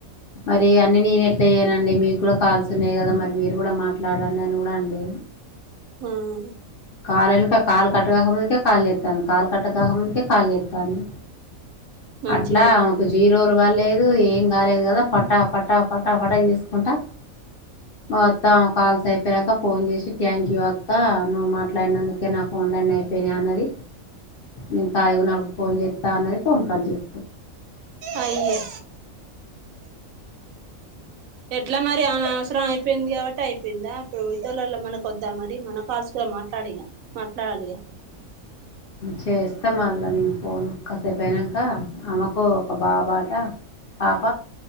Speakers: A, on the left; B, on the right.
A: మరి అన్నీ నేను ఎట్లా అయ్యాన అండి మీకు కూడా కాల్స్ ఉన్నాయి కదా మరి మీరు కూడా మాట్లాడండి అని కూడా అం లే
B: హ్మ్
A: కాళ్ వెనక కాలు కట్ కాకముందుకే కాల్ చేస్తాంది కాల్ కట్ కాకముందుకే కాల్ చేస్తాంది
B: మంచిదే
A: అట్లా ఆమెకు జీరోలు ఇవలేదు ఏం కాలేదు కదా పటా పటా పటా పటా చేసుకుంటా మొత్తం కాల్స్ అయిపోయెదక ఫోన్ చేసి థ్యాంక్ యూ అక్కా నువు మాట్లా డినందుకే నా ఫోన్లన్నీ అయిపోయినాయి అన్నది నేను ఖాళీ గా ఉన్నప్పుడు ఫోన్ చేత్తా అన్నది ఫోన్ కట్ చెయ్
B: అయ్యో ఎట్లా మరి అవసరంయి అయిపోయింది కాబట్టి అయిపోయిందా ఇప్పుడు ఇతరులలో మనకు వద్దా మరి మనం కాల్చకు మాట్లాడిగా మాట్లాడాలిగా
A: చేస్తా ఇస్త మల్లో నేను పోను కాసేపుయినాక ఆమెకు ఒక బాబాట పాప